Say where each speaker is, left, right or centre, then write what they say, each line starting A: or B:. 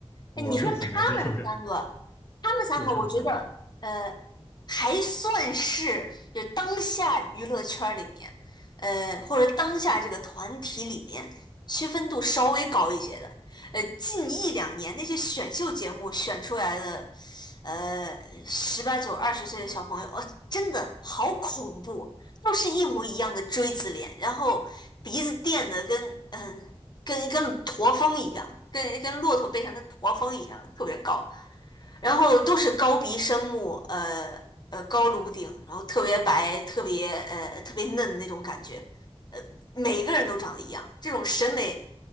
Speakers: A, on the left; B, on the left.
A: 我就很难接受这种。
B: 哎，你说他们三个，他们三个，
A: 对他们三个。
B: 我觉得呃，还算是就当下娱乐圈儿里面，呃，或者当下这个团体里面区分度稍微高一些的。呃，近一两年那些选秀节目选出来的，呃，十八九、二十岁的小朋友，哦，真的好恐怖，都是一模一样的锥子脸，然后鼻子垫的跟嗯跟跟驼峰一样，跟跟骆驼背上的驼峰一样，特别高。然后都是高鼻深目，呃呃高颅顶，然后特别白，特别呃特别嫩的那种感觉。每个人都长得一样，这种审美